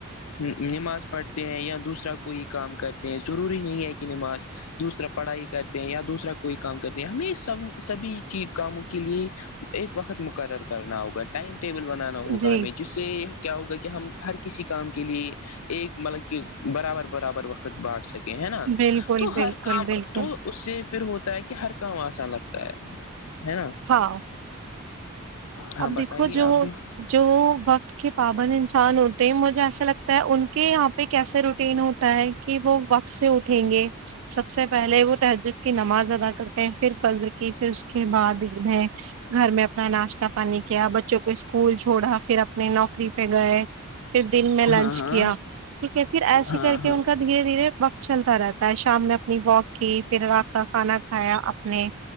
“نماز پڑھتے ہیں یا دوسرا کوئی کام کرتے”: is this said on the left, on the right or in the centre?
Left